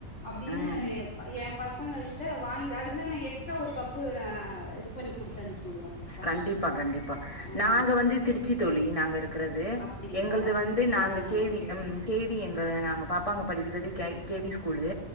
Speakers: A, on the left; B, on the left.
A: அப்டின்னு
B: ம்
A: எ ப ஏ பசங்க ட்டு வாங்கி அதுக்குனே எக்ஸ்ட்ரா ஒரு கப்பு நா நா இது பண்ணி குடுத்து அனுப்ச்சு விடுவோ பசங்களுக்கு
B: கண்டிப்பா கண்டிப்பா
A: ம்
B: நாங்க வந்து திருச்சி தோழி நாங்க இருக் க்குறது
A: அப்டிங்களா
B: எங்குளுது
A: திருச்சி
B: வந்து நாங்க
A: ஆ
B: கேவி
A: ஓகே
B: எம்
A: ஓகே
B: கேவி எங்க நாங்க பாப்பாங்க படிக்கிறது கெய் கேவி ஸ்கூ கூலு